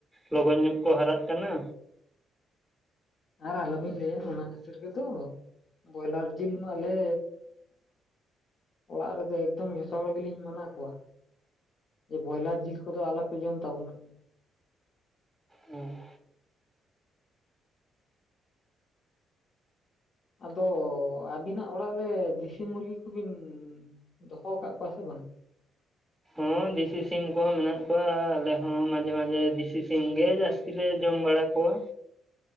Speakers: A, in the centre; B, on the left (about 55°).
A: ᱞᱚᱜᱚᱱ ᱧᱚᱜ ᱠᱚ ᱦᱟᱨᱟᱜ ᱠᱟᱱᱟ᱾
B: ᱟᱨ ᱟᱞᱚᱵᱤᱱ ᱞᱟᱹᱭᱟ ᱚᱱᱟ ᱠᱷᱟᱹᱛᱤᱨ ᱜᱮᱛᱚ, ᱵᱚᱭᱞᱟᱨ ᱡᱤᱞ ᱢᱟᱞᱮᱻ ᱚᱲᱟᱜ ᱨᱮᱫᱚ ᱮᱠᱫᱚᱢ ᱡᱚᱛᱚ ᱦᱚᱲ ᱜᱮᱞᱤᱧ ᱢᱟᱱᱟ ᱠᱚᱣᱟ᱾ ᱡᱮ ᱵᱚᱭᱞᱟᱨ ᱡᱤᱞ ᱠᱚᱫᱚ ᱟᱞᱚᱯᱮ ᱡᱚᱢ ᱛᱟᱵᱚᱱᱟ
A: ᱦᱩᱸ
B: ᱟᱫᱚ ᱟᱹᱵᱤᱱᱟᱜ ᱚᱲᱟᱜ ᱨᱮ ᱫᱮᱥᱤ ᱢᱩᱨᱜᱤ ᱠᱚᱵᱤᱱ ᱫᱚᱦᱚ ᱣᱟᱠᱟᱫ ᱠᱚᱣᱟ ᱥᱮ ᱵᱟᱝ?
A: ᱦᱚᱸ ᱫᱤᱥᱤ ᱥᱤᱢ ᱠᱚᱦᱚᱸ ᱢᱮᱱᱟᱜ ᱠᱚᱣᱟ ᱟᱞᱮ ᱦᱚᱸ ᱢᱟᱡᱷᱮ ᱢᱟᱡᱷᱮ ᱫᱤᱥᱤ ᱥᱤᱢᱜᱮ ᱡᱟᱹᱥᱛᱤ ᱞᱮ ᱡᱚᱢ ᱵᱟᱲᱟ ᱠᱚᱣᱟ
B: <inaudible>